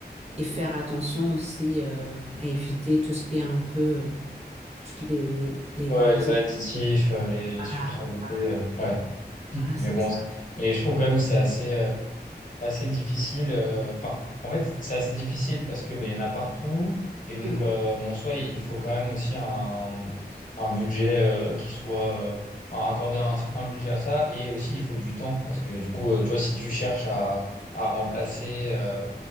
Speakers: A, on the right (about 40°); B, on the left (about 50°).
A: et faire attention aussi euh, à éviter tout ce qui est un peu euh, toutes les les
B: Ouais,
A: par exemple
B: les additifs, euh, les, les
A: voilà
B: sucres ajoutés,
A: voilà
B: euh, ouais.
A: voilà
B: Mais
A: c'est
B: bon,
A: ça
B: c'est- mais je trouve quand même que c'est assez, euh, assez difficile. euh, Enfin, en fait, c'est assez difficile parce que ben, il y en a partout. Et donc,
A: Mm,
B: euh, mon soi, il il faut quand même aussi un, un budget euh, qui soit. euh, enfin, accorder un certain budget à ça. Et aussi, il faut du temps parce que du coup, euh, tu vois, si tu cherches à, à remplacer, euh,